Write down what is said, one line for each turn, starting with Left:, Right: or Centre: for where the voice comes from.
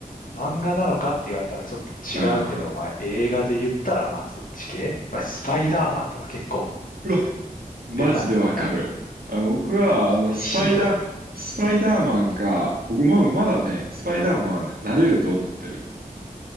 Left: 漫画なのかって言われたらちょっと違うけどまあ映画で言ったらまあそっち系。
Right: ん。ああ。
Left: まあスパイダーマンとか結構
Right: うわ、マジでわかる。
Left: ベタなんじゃない
Right: あ、僕は、
Left: ちょっとヒーローに
Right: あの、スパイダー、スパイダーマンか、僕もまだね、スパイダーマンはね、なれると思ってる。